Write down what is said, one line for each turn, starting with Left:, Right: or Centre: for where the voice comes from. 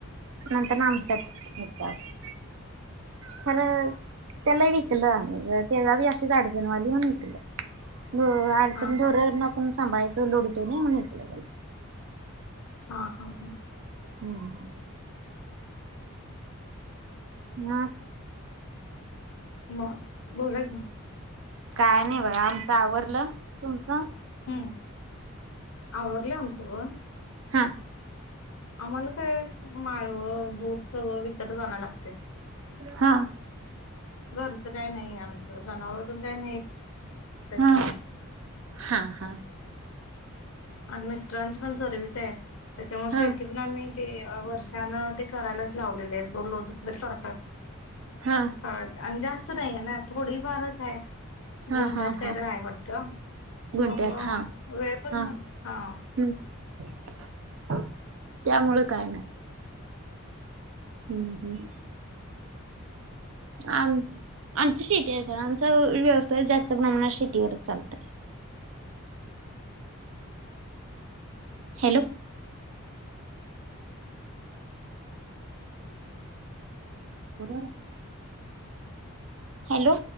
Right: नंतर ना आमच्यात होतं असं. खरं, त्यालाही विकलं आम्ही. त्याला बी अशी अडचण व्हय लागली म्हणून विकलं. अडचण
Left: हा हा
Right: ढोरांना कुणी सांभाळायचं. लोड येतो ना, म्हणून विकलं त्याला.
Left: हा हा हा
Right: हम्म. मग
Left: मग? बोलाय की
Right: काय नाही बघा आमचं आवरलं. तुमचं?
Left: हम्म. आवरलं आमचं पण
Right: हा
Left: आम्हाला काय? माळवं, दूध, सगळं विकतच आणाव लागतंय.
Right: हा.
Left: घरचं काय नाही आमचं, जनावर अजून काय नाहीत. त्याच्यामुळं
Right: हा. हा, हा.
Left: आणि मिस्टरांची पण सर्विस आहे. त्याच्यामुळे
Right: हा
Left: शेती पण आम्ही ते वर्षांनं ते करायलाच लावलेले आहेत दोन लोक दुसरे करतात
Right: हा
Left: आणि जास्त नाहीये ना थोडीफारच आहे.
Right: हा
Left: गुंटात
Right: हा
Left: काही
Right: हा
Left: तर आहे, वाटतं
Right: गुंट्यात
Left: मग
Right: हा
Left: वेळ पण
Right: हा
Left: झालता हा.
Right: हम्म त्यामुळे काय नाही. हम्म हम्म आम आमची शेती आहे सर आमचा व्यवसाय जास्त प्रमाणात शेतीवरच चालतय. Hello <inaudible> hello